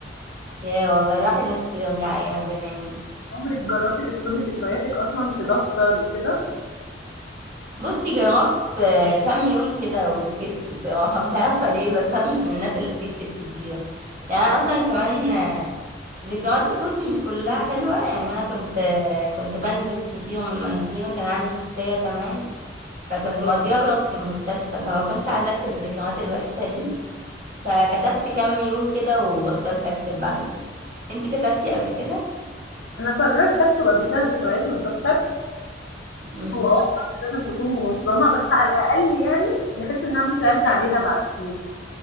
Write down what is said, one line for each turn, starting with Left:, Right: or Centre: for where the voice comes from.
Right: يا والله الواحد نفسه يرجع ايام زمان دي
Left: عمرِك جربتِ تكتبي ذكرياتِك أصلًا في دفتر وكده؟
Right: بصي جربت آه، كام يوم كده وسكت بصراحة مش عارفة ليه بس أنا مش من الناس اللي بتكتب كتير يعني أنا أصلا كمان آه، ذكريات طفولتي مش كلها حلوة يعني أنا كنت آه، كنت بنزف كتير من مناخيري كان عندي حساسية كمان فكنت
Left: تمام،
Right: مقضيها برضه في المستشفى فما كنتش عايزة أكتب الذكريات الوحشة دي فكتبت كام يوم كده وبطلت أكتب بعد كده انتي كتبتي قبل كده؟
Left: أنا قررت أكتب قبل كده ذكرياتي في دفتر،
Right: مم.
Left: هو آه طبعًا مش لازم تكون منظمة بس على الأقل يعني باحس إن أنا ممكن أرجع ليها بعد سنين.